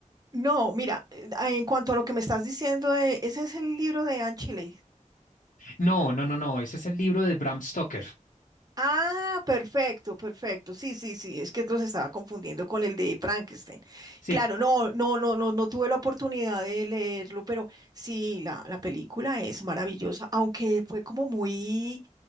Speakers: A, on the right; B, on the left.
A: No, mira, eh, en cuanto a lo que me estás diciendo, de- ese es el libro de Anne Shirley,
B: No, no, no, no, ese es el libro de Bram Stoker.
A: Ah, perfecto, perfecto. Sí, sí, sí, es que los estaba confundiendo con el de Frankenstein.
B: Sí,
A: Claro, no, no, no, no, no tuve la oportunidad de leerlo, pero sí, la, la película es maravillosa, aunque fue como muy,